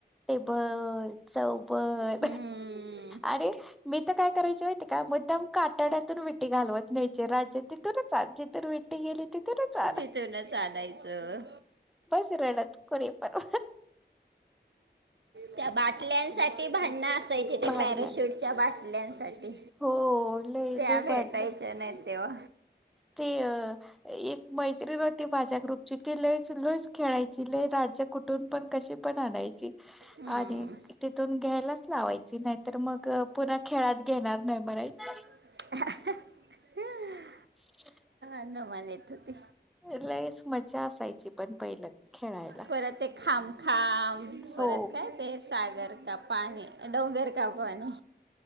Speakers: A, in the centre; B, on the right.
A: टेबल चौबल
B: हम्म,
A: आणि मी तर काय करायच काम काटाड्यातून विटी घालत नाही राज त तरच ज वेट गेली त तरच आ
B: तिथूनच आणायचं
A: तरडात कोणी पार
B: त्या बाटल्यांसाठी भांडणं असायचे, ते
A: भांडण
B: पॅराशूटच्या बाटल्या बाटल्यांसाठी,
A: हो लई
B: त्या
A: लई
B: भेटायच्या
A: भांडण
B: नाही तेव्हा.
A: ते अ एक मैत्री र माझ्या ग्रुपची, ती लय लय खेळायची लय राज्य कुठून पण कशी पण आणायची.
B: हम्म.
A: आणि तिथून घ्यायला लावायची नाहीतर मग पुन्हा खेळात घेणार नाही म्हणायचे.
B: ह <unintelligible>
A: ह <inaudible>
B: धमाल येत होती.
A: लईच मज्जा असायची पण पहिलं खेळायला.
B: परत ते खाम खाम
A: हो
B: परत काय ते, सागर, का पाणी डोंगर, का पाणी